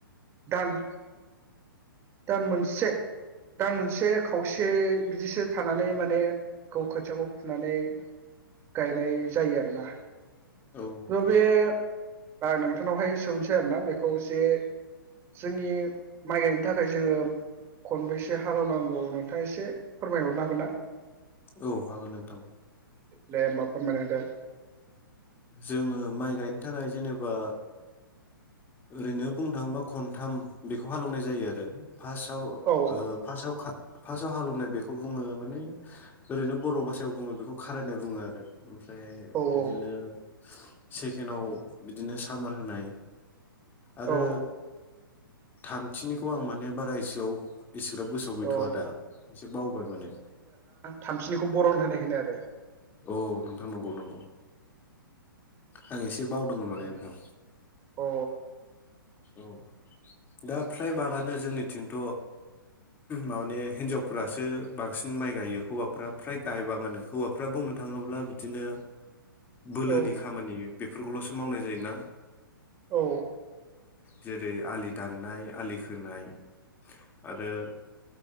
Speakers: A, on the right; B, on the left.
A: दान दान मोनसे दान मोनसे खावसे बिदिसो थानानै माने गाव खोथियाखौ फुनानै गायनाय जायो आरोना।
B: औ नोंथां
A: ओ बे आं नोंथांनावहाय सोंनोसै आरोना। बेखौ जे जोंनि माइ थाखाय जोङो खनबैसे हालौनांगौ नोंथाङा एसे फोरमायहरनो हागोन ना?
B: औ हागोन नोंथां
A: दे होमबा फोरमायना
B: जोङो माइ गायनो नि थाखाय जेनेबा ओरैनो बुंनो थाङोबा खनथाम बेखौ हालौवनाय जायो आरो। फार्स्टआव
A: होदो औ
B: ओ फार्स्टआव फार्स्टआव हालेवनाय बेखौ बुङो माने ओरैनो बर' भाषायाव बुङो बेखौ खारायनाय बुङो आरो ओमफ्राय
A: औ
B: बिदिनो सेकेनआव बिदिनो सामार होनाय आरो
A: औ
B: थामथिनिखौ आं माने बारायसोआव इसेग्राब गोसोआव गैथआ
A: औ
B: दा एसे बावबाय माने।
A: थामसिनिखौ बरन होनाय होनो आरो।
B: औ नों थां नंगौ नंगौ। आं एसे एसे बावदोंमोन माने
A: अ
B: नोंथां।
A: औ
B: औ दा फ्राय बागानो जोंनिथिंथ माने हिनजावफोरासो बांसिन माइ गायो हौवाफ्रा फ्राय गायबाङानो हौवा फोरा बुंनो थाङोब्ला बिदिनो बोलोनि
A: औ
B: खामानि बे बेफोरखौलसो मावनाय जायोना
A: औ।
B: जेरै आलि दाननाय आलि खोनाय आरो